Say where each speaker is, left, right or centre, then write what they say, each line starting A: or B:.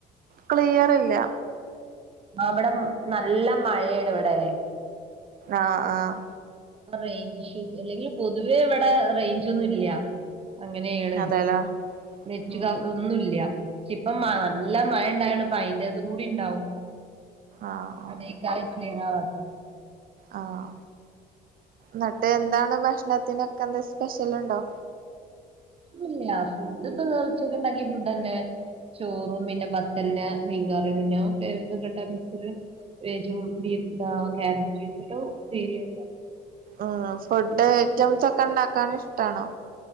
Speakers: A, on the right; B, on the right.
A: ക്ലിയറില്ല
B: അവ്ടം നല്ല മഴേണ് ഇവ്ടെ
A: ആഹ് ആഹ്
B: റെയ്ഞ്ച് ഇഷ്യു അല്ലെങ്കി പൊതുവേ ഇവ്ടെ റെയ്ഞ്ച് ഒന്നുല്ല അങ്ങനേണ്
A: അതെല്ലേ
B: നെറ്റ്
A: ഉം
B: <unintelligible> ഒന്നൂല്യ ഇപ്പ നല്ല മഴ ഇണ്ടായോണ്ട് ഇപ്പ അതിന്റെതുംകൂടി ഇണ്ടാവും
A: ആഹ് ആഹ്
B: അതെകരം ക്ലിയർവാതെ
A: ആഹ് ന്നിട്ട് എന്താണ് ഭക്ഷണത്തിനൊക്കെ എന്താ സ്പെഷ്യൽ ഉണ്ടോ
B: ഇല്ല്യ ഫുഡക്കെ ഇപ്പോ വേ ഉച്ചക്ക് ഉണ്ടാകിയ ഫുഡ്ന്നെ ചോറും പിന്നെപതല് മീൻകറിനും <unintelligible> വരും ബീന കാരറ്റ് ഇട്ട ഉപ്പേരിയ
A: ആഹ് ഫുഡ് ആയിട്ടംസ് ഒക്കെണ്ടാക്കാൻ ഇഷ്ടണോ